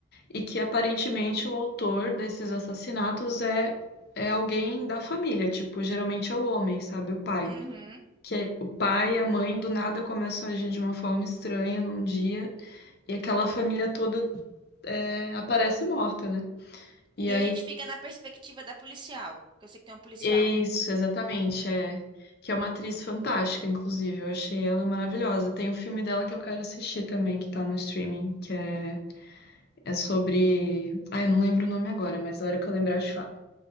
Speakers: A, on the left; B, on the right.
A: e que aparentemente o autor desses assassinatos é é alguém da família, tipo, geralmente é o homem, sabe, o pai.
B: Uhum.
A: Que é- o pai e a mãe do nada começam a agir de uma forma estranha num dia e aquela família toda é, aparece morta, né? E
B: E
A: aí,
B: a gente fica na perspectiva da policial, que eu sei que tem uma policial.
A: isso, exatamente, é que é uma atriz fantástica, inclusive, eu achei ela maravilhosa. Tem um filme dela que eu quero assistir também, que tá no streaming, que é é sobre. Ah, eu não lembro o nome agora, mas a hora que eu lembrar eu te falo.